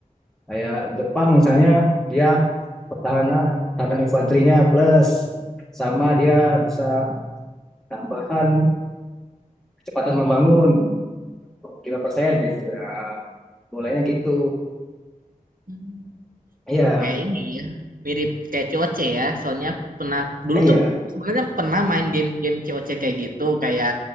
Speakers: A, in the centre; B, on the right.
A: kayak Jepang misalnya dia pertahanan pertahanan infanterinya plus sama dia bisa tambahan kecepatan membangun lima persen gitu nah mulainya gitu
B: hmm.
A: iya
B: Kayak ini ya, mirip kayak COC ya. Soalnya pernah dulu
A: eh, iya
B: tuh sebenarnya pernah main game-game COC kayak gitu, kayak